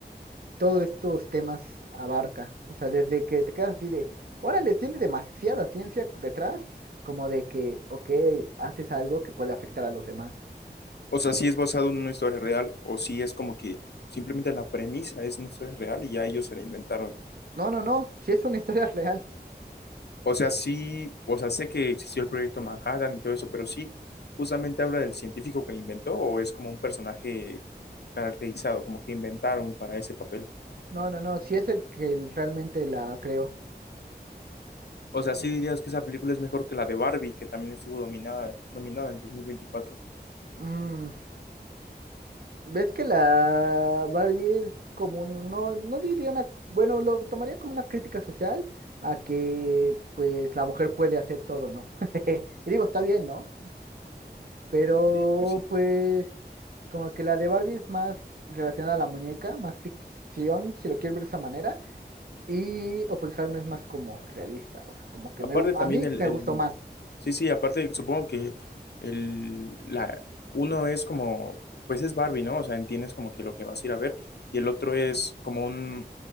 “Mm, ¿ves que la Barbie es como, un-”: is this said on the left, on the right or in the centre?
Right